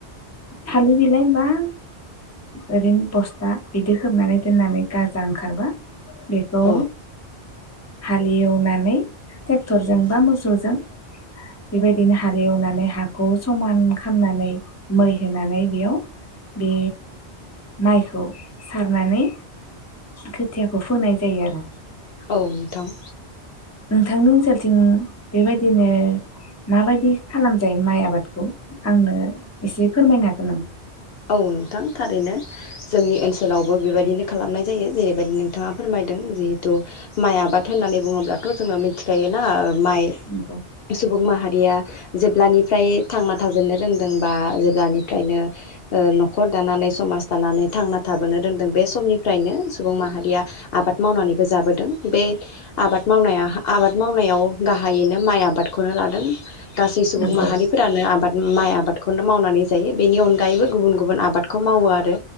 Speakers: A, on the left; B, on the left.
A: थालिर बिलाइ बा ओरैनो बस्था बिदि खोबनानै दोननानै गाजा ओंखारबा बेखौ
B: औ
A: हालेवनानै नानै ट्रेक्टरजों बा मोसौजों बेबादिनो हालि एवनानै हाखौ जों समान खालामनानै मै होनानै बेयाव बे माइखौ सारनानै खोथियाखौ फोनाय जायो आरो
B: औ नोंथां
A: नोंथांनि ओनसोलथिं बेबायदिनो माबायदि खालामजायो माइ आबादखौ आंनो एसे फोरमायनो हागोन नामा?
B: औ नोंथां थारैनो जोंनि ओनसोलावबो बेबायदिनो खालामनाय जायो जेरैबायदि नोंथाङा फोरमायदों जिहेथु माइ आबाद होननानै बुङोब्लाथ' जोङो मिथिखायोना ओ माइ
A: नंगौ
B: सुबुं माहारिया जोब लानिफ्राय थांना थाजेननो रोंदों बा जेब्लानिफ्रायनो ओ न'खर दानानै समाज दानानै थांना थाबोनो रोनदों बे समनिफ्रायनो सुबुं माहारिया आबाद मावनानैबो जाबोदों बे आबाद मावनाया आबाद मावनायाव गाहायैनो माइ आबादखौनो लादों। गासै सुबुं
A: नंगौ
B: माहारिफोरानो आबाद माइ आ आबादखौनो मावनानै जायो बेनि अनगायैबो गुबुन गुबुन आबादखौ मावो आरो